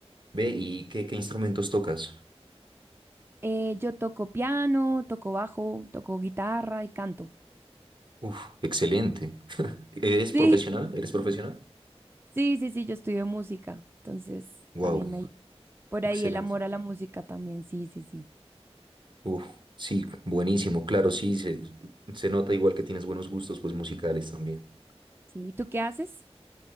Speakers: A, on the right; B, on the right.
A: Ve, ¿y qué, qué instrumentos tocas?
B: Eh, yo toco piano, toco bajo, toco guitarra y canto.
A: Uf, excelente. <laughs> ¿Eres profesional?
B: Sí,
A: ¿Eres profesional?
B: sí, sí, sí, yo estudio música, entonces
A: Wow,
B: también hay por
A: excelente.
B: ahí el amor a la música también, sí, sí, sí.
A: Uf, sí, buenísimo. Claro, sí, se, se nota igual que tienes buenos gustos, pues musicales también.
B: Sí, ¿y tú qué haces?